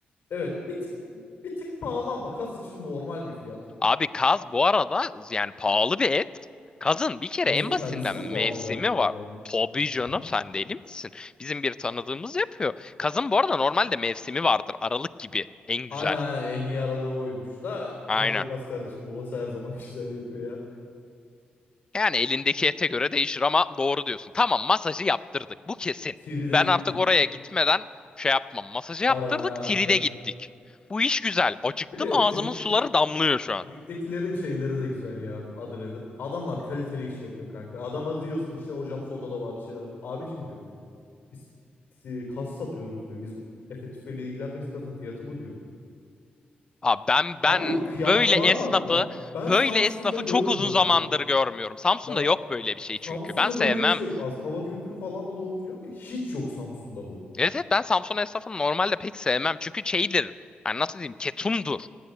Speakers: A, on the left; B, on the left.
A: evet bir tık bir tık pahalı ama kaz için normal bir fiyat.
B: Abi kaz bu arada yani pahalı bir et. Kazın bir kere
A: Kazın
B: en
A: kendisi
B: basitinden
A: de
B: mevsimi
A: pahalı galiba
B: var.
A: baya. Hı
B: Tabii canım
A: hı.
B: sen deli misin? Bizim bir tanıdığımız yapıyor. Kazın bu arada normalde mevsimi vardır. Aralık gibi en
A: Aynen
B: güzel.
A: aynen en iyi aralığı oymuş da
B: Aynen.
A: fark etmez kardeşim orası her zaman <laughs> güzel yapıyor ya.
B: Yani elindeki ete göre değişir ama doğru diyorsun. Tamam masajı yaptırdık. Bu kesin.
A: Tiride
B: Ben
A: gittik.
B: artık oraya gitmeden şey yapmam. Masajı
A: Aynen
B: yaptırdık,
A: aynen
B: tride
A: net.
B: gittik. Bu iş güzel. Acıktım
A: Bir de
B: ağzımın
A: Tirit'teki
B: suları damlıyor şu an.
A: Street'tekilerin şeyleri de güzel ya. Adı nedir? Adamlar kaliteli iş yapıyor kanka. Adama diyorsun işte hocam soda da vardı şeyler vardı. Abicim diyor. Biz e, kas satıyoruz diyor. Biz Efe tüfeğiyle ilgilenmeyiz. Kasın fiyatı bu diyor.
B: Abi ben
A: Abi
B: ben
A: kıyaklığa
B: böyle esnafı
A: bak lan. Ben
B: böyle
A: Samsun'da
B: esnafı
A: görmüyorum
B: çok uzun zamandır
A: bunu.
B: görmüyorum. Samsun'da
A: Ben,
B: yok böyle bir şey
A: Samsun'da
B: çünkü. Ben sevmem.
A: böyle bir şey yok. Aspava kültürü falan da doğru düzgün yok ya. Hiç yok Samsun'da bu.
B: Evet evet ben Samsun esnafını normalde pek sevmem. Çünkü şeydir. Yani nasıl diyeyim? Ketumdur.